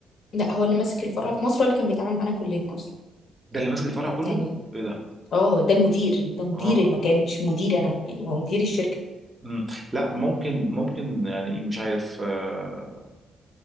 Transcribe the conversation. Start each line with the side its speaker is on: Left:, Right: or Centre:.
Left: لا هو اللي ماسك الفرع في مصر هو اللي كان بيتعامل معانا كلنا اصلا
Right: ده اللي ماسك الفرع كله
Left: يعني
Right: ايه ده
Left: اه ده المدير ده مدير
Right: اه
Left: المكان مش مدير انا يعني هو مدير الشركه
Right: مم. لا ممكن ممكن يعني مش عارف آه